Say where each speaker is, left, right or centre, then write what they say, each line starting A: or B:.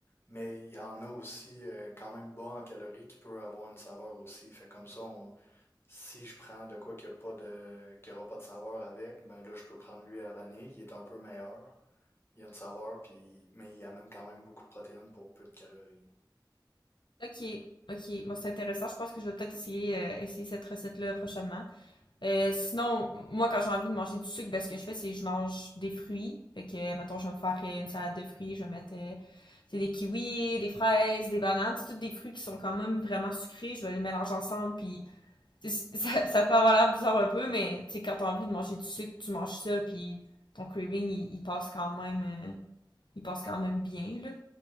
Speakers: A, on the left; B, on the left.
A: mais il y en a aussi euh, quand même bas en calories qui peut avoir une saveur aussi. Fait que comme ça, on- si je prends de quoi qu'il n'y a pas de, qu'il y aura pas de saveur avec, ben là je peux prendre lui à la vanille, il est un peu meilleur, il y a une saveur, puis, mais il amène quand même beaucoup de protéines pour peu de calories.
B: Ok, ok, bon c'est intéressant. Je pense que je vais peut-être essayer, euh, essayer cette recette-là prochainement. Euh, sinon, moi, quand j'ai envie de manger du sucre, ben, ce que je fais, c'est que je mange des fruits. Fait que, mettons, je vais me faire euh, une salade de fruits, je vais mettre euh, tu des kiwis, des fraises, des bananes, c'est tous des fruits qui sont quand même vraiment sucrés. Je vais les mélanger ensemble, puis <laughs> ça, ça peut avoir l'air bizarre un peu, mais tu sais, quand t'as envie de manger du sucre, tu manges ça, puis ton craving, il, il passe quand même, euh, il passe quand même bien, là.